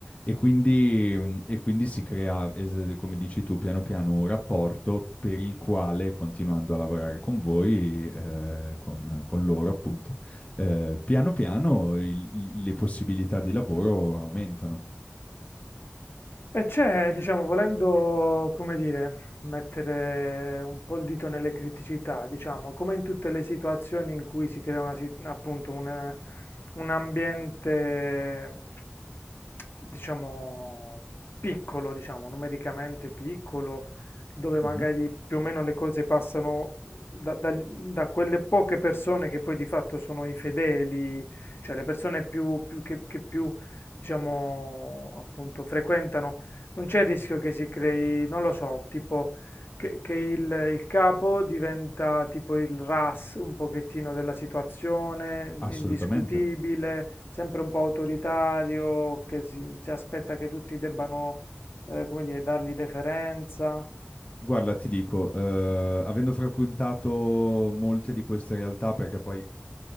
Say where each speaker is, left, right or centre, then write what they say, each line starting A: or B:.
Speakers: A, on the left; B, on the left.
A: E quindi, mm, e quindi si crea, es- come dici tu, piano piano un rapporto per il quale, continuando a lavorare con voi, eh, con, con loro appunto, eh, piano piano il- il- le possibilità di lavoro aumentano.
B: E c'è, diciamo, volendo, come dire, mettere un po' il dito nelle criticità, diciamo, come in tutte le situazioni in cui si crea una si- appunto un, un ambiente, diciamo, piccolo, diciamo, numericamente piccolo, dove magari
A: Mhm,
B: più o meno le cose passano da, da- da quelle poche persone che poi di fatto sono i fedeli, cioè le persone più, più che che più diciamo, appunto, frequentano, non c'è il rischio che si crei, non lo so, tipo che, che il, il capo diventa tipo il RAS un pochettino della situazione,
A: Assolutamente.
B: indiscutibile, sempre un po' autoritario, che si, si aspetta che tutti debbano, eh, come dire, dargli deferenza.
A: Guarda, ti dico, eh, avendo frequentato molte di queste realtà, perché poi